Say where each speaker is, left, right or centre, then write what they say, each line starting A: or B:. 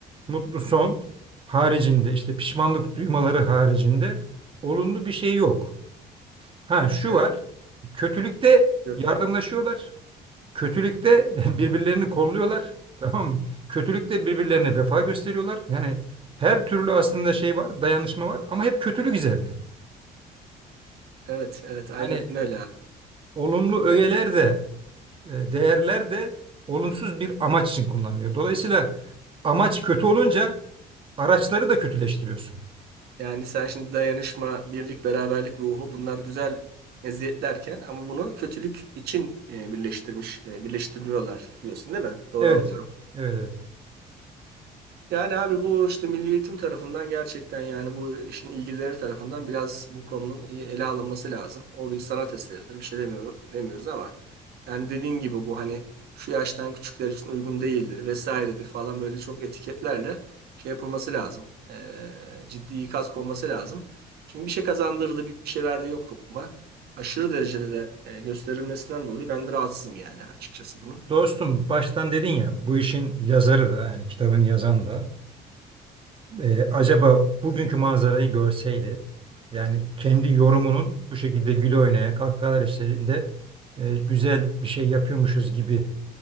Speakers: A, on the right (about 30°); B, on the right (about 70°).
A: mutlu son haricinde işte pişmanlık duymaları haricinde olumlu bir şey yok. Ha şu
B: Evet.
A: var. Kötülükte
B: evet.
A: yardımlaşıyorlar. Kötülükte <laughs> birbirlerini kolluyorlar. Tamam mı? Kötülükte birbirlerine vefa gösteriyorlar. Yani her türlü aslında şey var, dayanışma var ama hep kötülük üzerine.
B: Evet, evet aynen
A: Yani
B: öyle abi.
A: olumlu öğeler
B: Aynen.
A: de e, değerler de olumsuz bir amaç için kullanılıyor. Dolayısıyla amaç kötü olunca araçları da kötüleştiriyorsun.
B: Yani sen şimdi dayanışma, birlik, beraberlik ruhu bunlar güzel meziyetlerken ama bunu kötülük için e, birleştirmiş, e, birleştiriyorlar diyorsun değil mi? Doğru
A: Evet,
B: anlıyorum.
A: evet, evet.
B: Yani abi bu işte Milli Eğitim tarafından gerçekten yani bu işin ilgilileri tarafından biraz bu konunun iyi ele alınması lazım. O bir sanat eseridir bir şey demiyor, demiyoruz ama yani dediğin gibi bu hani şu yaştan küçükler için uygun değildir vesairedir falan böyle çok etiketlerle şey yapılması lazım. Ee, ciddi ikaz konması lazım. Çünkü bir şey kazandırdı bir şey verdi yok topluma. Aşırı derecede de e, gösterilmesinden dolayı ben de rahatsızım yani açıkçası bunun.
A: Dostum baştan dedin ya bu işin yazarı da yani kitabını yazan da e, acaba bugünkü manzarayı görseydi yani kendi yorumunun bu şekilde güle oynaya kahkahalar eşliğinde e, güzel bir şey yapıyormuşuz gibi